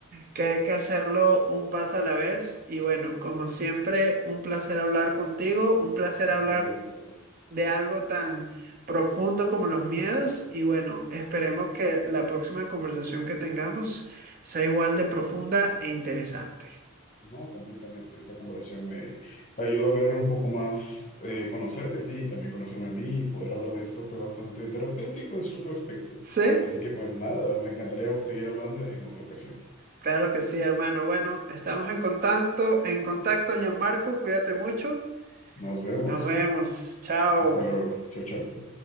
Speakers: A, on the right (about 45°); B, on the left (about 35°).
A: que hay que hacerlo un paso a la vez. Y bueno, como siempre, un placer hablar contigo, un placer hablar
B: Increíble.
A: de algo tan profundo como los miedos. Y bueno, esperemos que la próxima conversación que tengamos sea igual de profunda e interesante.
B: No, completamente. Esta conversación me ayudó a ver un poco más, eh, conocerte a ti y también conocerme a mí y poder hablar de esto fue bastante terapéutico en cierto aspecto.
A: ¿Sí?
B: Así que pues nada, me encantaría seguir hablando en otra ocasión.
A: Claro que sí, hermano. Bueno, estamos en contacto, en contacto, Gianmarco. Cuídate mucho.
B: Nos vemos.
A: Nos vemos. Chao.
B: Hasta luego. Chao, chao.